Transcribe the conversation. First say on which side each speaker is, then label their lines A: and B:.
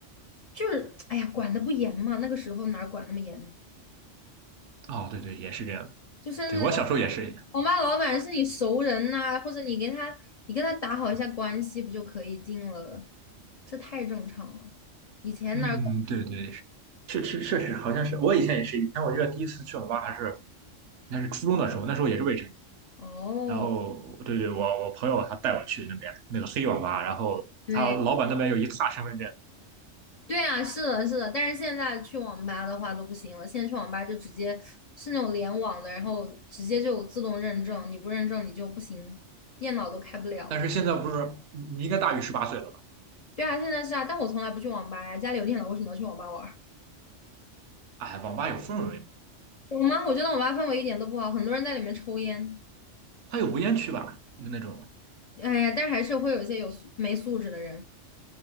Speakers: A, on the left (about 65°); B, on the right (about 75°).
A: 就是哎呀，管的不严嘛，那个时候哪儿管那么严呢？
B: 哦，对对，也是这样。
A: 就甚至那
B: 对，我小时候也是。
A: 网吧老板是你熟人呐、或者你跟他你跟他打好一下关系，不就可以进了？这太正常了，以前哪儿
B: 嗯，对对，是是确实好像是，我以前也是。以前我记得第一次去网吧还是应该是初中的时候，那时候也是未成年，
A: 管哦，
B: 然后对对，我我朋友他带我去那边那个黑网吧，然后他老板那边有一沓身份证，
A: 对。对啊，是的，是的，但是现在去网吧的话都不行了，现在去网吧就直接是那种联网的，然后直接就自动认证，你不认证你就不行，电脑都开不了。
B: 但是现在不是你应该大于十八岁了吧？
A: 对啊，现在是啊，但我从来不去网吧呀，家里有电脑，为什么要去网吧玩儿？
B: 哎，网吧有氛围，
A: 有吗？我觉得网吧氛围一点都不好，很多人在里面抽烟，
B: 他有无烟区吧？就那种
A: 哎呀，但是还是会有一些有素没素质的人。